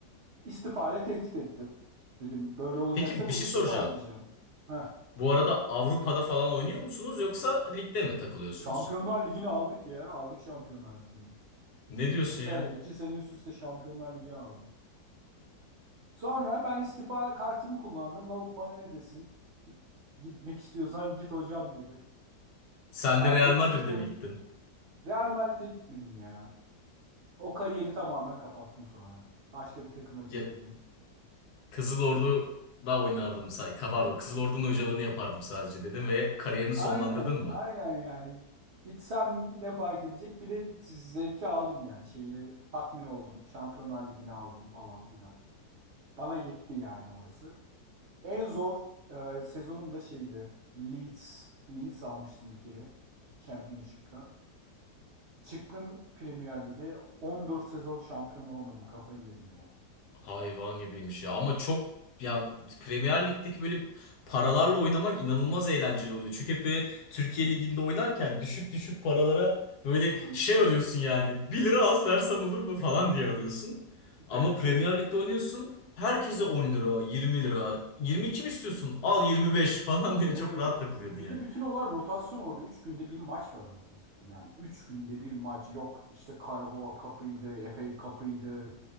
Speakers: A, on the right (about 75°); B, on the left (about 70°).
A: istifa ile tehdit ettim. Dedim böyle olacaksa
B: Peki bir
A: ben
B: şey
A: istifa
B: soracağım.
A: edeceğim. Heh,
B: Bu arada Avrupa'da falan oynuyor musunuz yoksa ligde mi takılıyorsunuz?
A: Şampiyonlar Ligi'ni aldık ya. Aldık Şampiyonlar Ligi'ni.
B: Ne diyorsun
A: İki kere
B: ya?
A: iki sene üst üste Şampiyonlar Ligi aldım. Sonra ben istifa kartımı kullandım. Lavuk bana ne desin? Gitmek istiyorsan git hocam dedi.
B: Sen
A: Ben
B: de Real
A: de gittim.
B: Madrid'e mi gittin?
A: Real Madrid'e gitmedim ya. O kariyeri tamamen kapattım sonra. Başka bir takıma gitmedim.
B: Ya, Kızıl Ordu'da oynardım say. Pardon, Kızıl Ordu'nun hocalığını yapardım sadece dedim ve kariyerini sonlandırdın
A: Aynen,
B: mı?
A: aynen yani. Gitsem ne fark edecek? Bir de zevki aldım yani. Şeyi tatmin oldum. Şampiyonlar Ligi'ni aldım falan filan. Bana yetti yani orası. En zor e, sezonum da şeydi. Leeds. Leeds almıştım bir kere. Championship'ten. Çıktım Premier Lig'e. 14 sezon şampiyon olamadım. Kafayı yedim ya.
B: Hayvan gibiymiş ya ama çok ya Premier Lig'deki böyle paralarla oynamak inanılmaz eğlenceli oluyor. Çünkü hep böyle Türkiye Ligi'nde oynarken düşük düşük paralara böyle
A: Hı hı.
B: şey arıyorsun yani bir lira az versem olur mu falan diye arıyorsun. Ama
A: Evet
B: Premier
A: evet.
B: Lig'de oynuyorsun herkese on lira yirmi lira 22 mi istiyorsun al 25 <laughs> falan diye
A: Evet.
B: çok rahat takılıyordun
A: Bir
B: yani.
A: de bütün olay rotasyon orada. Üç günde bir maç var anasını satayım yani. Üç günde bir maç yok. İşte Karabağ kapıydı, FA kapıydı,